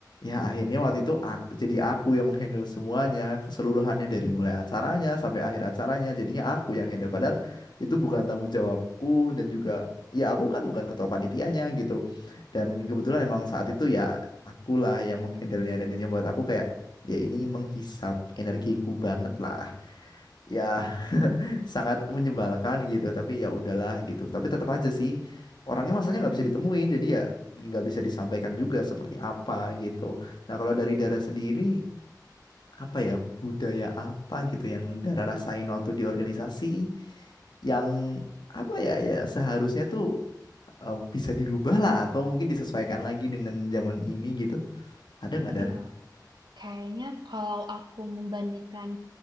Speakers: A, on the left; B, on the right.
A: ya akhirnya waktu itu aku, jadi aku yang menghandle semuanya, keseluruhannya dari mulai acaranya sampai akhir acaranya, jadinya aku yang handle. Padahal itu bukan tanggung jawabku dan juga ya aku kan bukan ketua panitianya gitu. Dan kebetulan emang saat itu ya akulah yang menghandlenya dan itu yang buat aku kayak ya ini menghisap energiku banget lah. Ya sangat menyebalkan gitu tapi ya udahlah gitu tapi tetap aja sih orangnya masanya nggak bisa ditemuin jadi ya nggak bisa disampaikan juga seperti apa gitu nah kalau dari Dara sendiri apa ya budaya apa gitu yang Dara rasain waktu di organisasi yang apa ya ya seharusnya tuh eh, bisa dirubah lah atau mungkin disesuaikan lagi dengan zaman ini gitu ada nggak
B: Aduh.
A: Dara?
B: Kayaknya kalau aku membandingkan